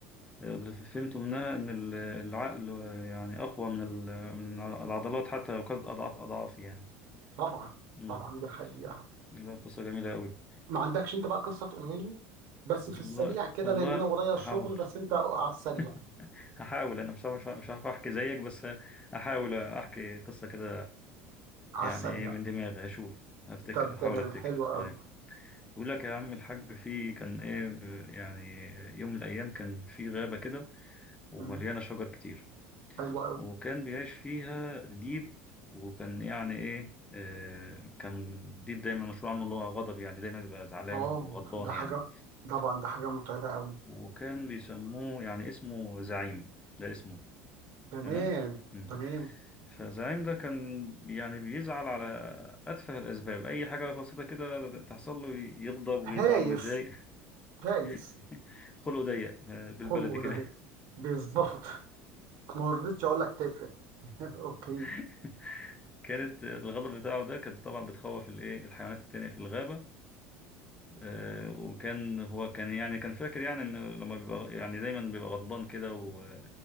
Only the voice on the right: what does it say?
طبعا
طبعا دي حقيقة
ما عندكش انت بقى قصه تقولها لي بس
في السريع كده
لان انا ورايا
شغل بس انت على السريع
على
السريع
طب
تمام
حلو قوي
مم،
حلو قوي
اه
ده
حاجه طبعا ده حاجه متعبه قوي
تمام
تمام
هايف
هايف
خلقه
ده بالظبط ما رضيتش اقول لك تافه <laughs> اوكي